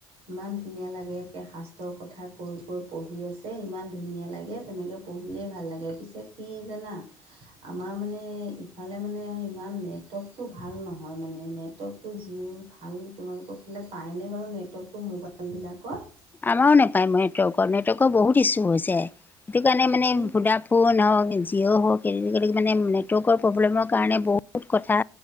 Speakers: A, on the right; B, on the left.
A: ইমান ধুনীয়া লাগে, একে শাস্ত্ৰৰ কথা কৈ- কৈ পঢ়ি আছে, ইমান ধুনীয়া লাগে তেনেকে পঢ়িলেই ভাল লাগে, পিছে কি জানা। আমাৰ মানে ইফালে মানে ইমান নেটৱৰ্কটো ভাল ন নহয় মানে, নেটৱৰ্কটো জিঅ' ভাল, তোমালোকৰ ফালে পায়নে বাৰু নেটৱৰ্কটো মোবাইলবিলাকত।
B: আমাৰো নোপায় নেটৱৰ্কৰ- নেটৱৰ্কৰ বহুত ইচ্যু হৈছে, সেইটো কাৰণে মানে
A: সেই
B: ভোদা ফোন হওঁক জিঅ' হওঁক <unintelligible> মানে নেটৱৰ্কৰ প্ৰব্লেমৰ কাৰণে বহুত কথা